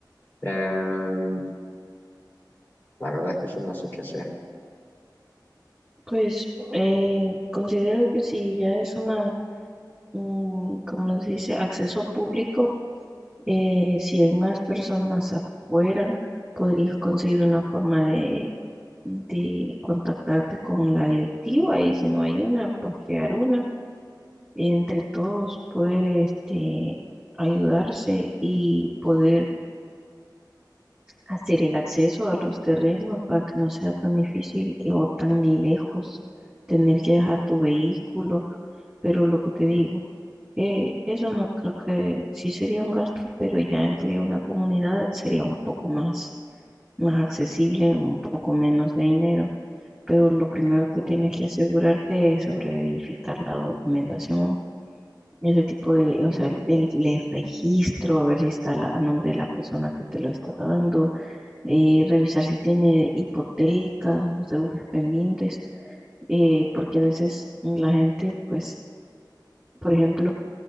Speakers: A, on the left; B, in the centre.
A: Em, la verdad es que sí no sé qué hacer.
B: Pues eh, considero que si ya es una, mm, como se dice, acceso público, eh, si hay más personas afuera, podrías conseguir una forma de, de contactarte con la directiva y si no hay una, pues crear una. Entre todos poder este, ayudarse y poder hacer el acceso a los terrenos para que no sea tan difícil y- o tan lejos tener que dejar tu vehículo Pero lo que te digo, eh, eso no creo que sí sería un gasto, pero ya entre una comunidad sería un poco más, más accesible, un poco menos de dinero. Pero lo primero que
A: no,
B: tienes que asegurarte es sobre verificar la documentación, ese tipo de, o
A: Oh,
B: sea, el, el- el registro, a ver si está la- a nombre de la persona que te lo está dando, eh, revisar si tiene hipotecas o deudas pendientes, eh, porque a veces la gente, pues, por ejemplo,